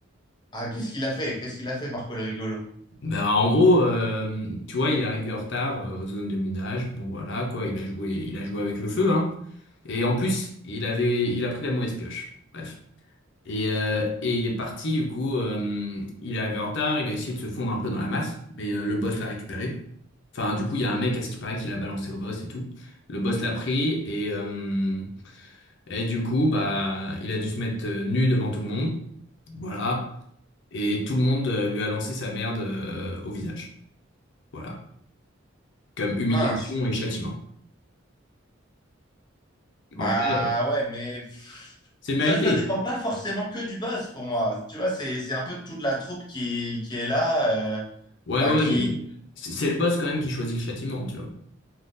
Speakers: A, on the left (about 20°); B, on the left (about 65°).
A: ah, qu'est-ce qu'il a fait? Qu'est-ce qu'il a fait, Marco le rigolo?
B: Bah, en gros, euh, tu vois, il est arrivé en retard euh, aux zones de minage. Bon, voilà, quoi, il a joué, il a joué avec le feu, hein. Et en plus, il avait, il a pris la mauvaise pioche. Bref. Et, euh, et il est parti, du coup, euh, il est arrivé en retard, il a essayé de se fondre un peu dans la masse, mais euh, le boss l'a récupéré. Enfin, du coup, il y a un mec, à ce qui paraît, qui l'a balancé au boss et tout. Le boss l'a pris et, euh, et du coup, bah, il a dû se mettre euh, nu devant tout le monde. Voilà. Et tout le monde euh, lui a lancé sa merde euh, au visage. Voilà comme humiliation
A: Ah, Mince.
B: et châtiment.
A: Bah
B: En vrai,
A: ouais, mais pff,
B: c'est mérité.
A: ça, ça dépend pas forcément que du boss pour moi. Tu vois, c'est, c'est un peu toute la troupe qui, qui est là, euh,
B: Ouais,
A: enfin
B: ouais,
A: qui.
B: mais c'est c'est le boss quand même qui choisit le châtiment, tu vois.